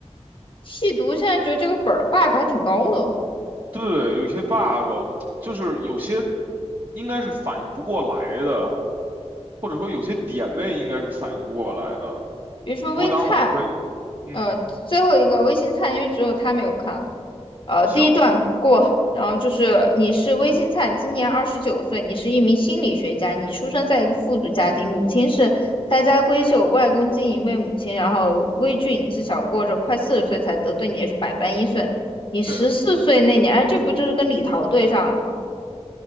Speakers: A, on the left; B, on the right.
A: 细读现在觉得这个本儿的 bug 还挺高的。
B: 对，有些 bug 就是有些应该是反应不过来的，或者说有些点位应该是反应不过来的。
A: 比如说微灿，
B: 不过当然我们可以，嗯，
A: 呃，最后一个微星灿，因为只有他没有看了。呃，
B: 行，
A: 第一段过，然后就是你是微星灿，今年二十九岁，你是一名心理学家，你出生在一个富足家庭，母亲是大家闺秀，外公经营为母亲，然后微俊自小过着快四十岁才得，对你也是百般依顺。你十四岁那年，
B: 对的，
A: 哎，这不就是跟李桃对上了吗？